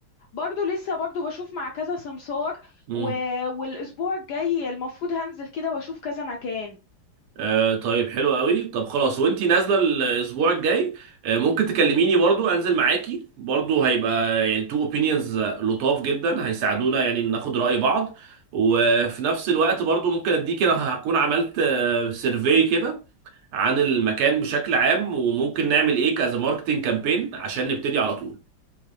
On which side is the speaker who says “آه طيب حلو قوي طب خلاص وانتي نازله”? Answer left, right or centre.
Right